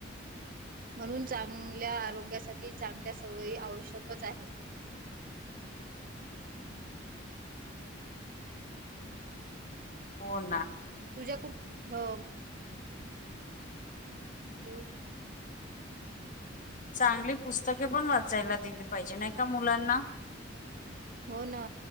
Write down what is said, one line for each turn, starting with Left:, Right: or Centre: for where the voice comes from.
Right: म्हणून चांगल्या आरोग्यासाठी चांगल्या सवयी आवश्यकच आहे.
Left: हो ना.
Right: तुझ्या कुठ, हो बोल.
Left: चांगली पुस्तके पण वाचायला दिली पाहिजे नाही का मुलांना.
Right: हो ना,